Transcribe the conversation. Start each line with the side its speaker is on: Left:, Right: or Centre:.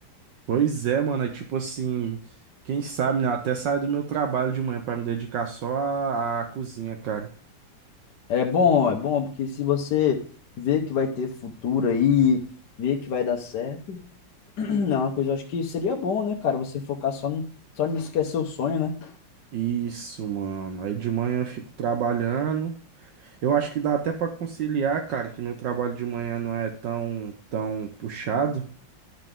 Right: Pois é, mano, é tipo assim, quem sabe, né? eu Até saio do meu trabalho de manhã pra me dedicar só à, à cozinha, cara.
Left: É bom, é bom, porque se você vê que vai ter futuro aí, vê que vai dar certo. Não, é uma coisa, eu acho que seria bom, né, cara, você focar só, no, só nisso que é seu sonho, né?
Right: Isso, mano. Aí de manhã eu fico trabalhando. Eu acho que dá até pra conciliar, cara, que meu trabalho de manhã não é tão, tão puxado.